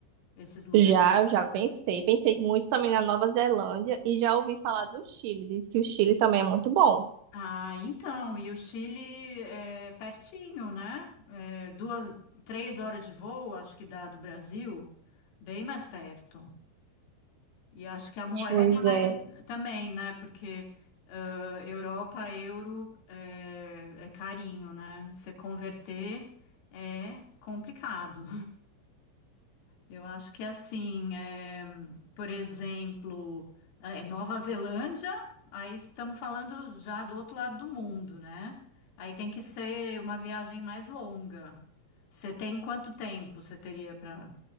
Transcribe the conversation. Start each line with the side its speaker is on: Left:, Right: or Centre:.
Left: Esses lugares?
Right: Já, já pensei. Pensei muito também na Nova Zelândia e já ouvi falar do Chile. Diz que o Chile também é muito bom.
Left: Ah, então, e o Chile é pertinho, né? É, duas, três horas de voo, acho que dá do Brasil, bem mais perto. E acho que a moeda
Right: Pois
Left: é mais,
Right: é.
Left: também, né? Porque ah, Europa, euro é, é carinho, né? Se converter é complicado. Eu acho que é assim, é, por exemplo, é, Nova Zelândia, aí estamos falando já do outro lado do mundo, né? Aí tem que ser uma viagem mais longa. Você tem quanto tempo você teria para